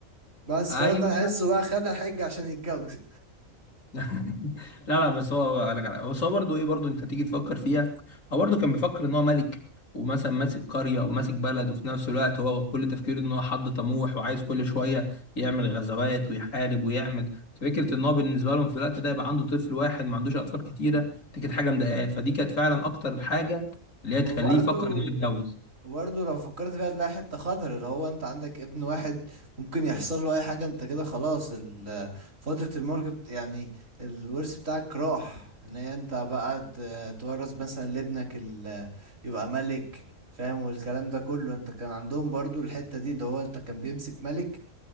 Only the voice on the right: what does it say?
بس
فهو ده هيحسه بقى خد الحج عشان يتجوز <laughs>
وبرضو
وبرضو لو فكرت فيها تلاقي حتة خطر اللي هو انت عندك ابن واحد ممكن يحصل له اي حاجة انت كده خلاص ال- فترة الملك بت... يعني الورث بتاعك راح ان هي انت بقى ت- تورث مثلا لابنك ال... يبقى ملك فاهم والكلام ده كله انت كان عندهم برضو الحتة دي اللي هو انت كان بيمسك ملك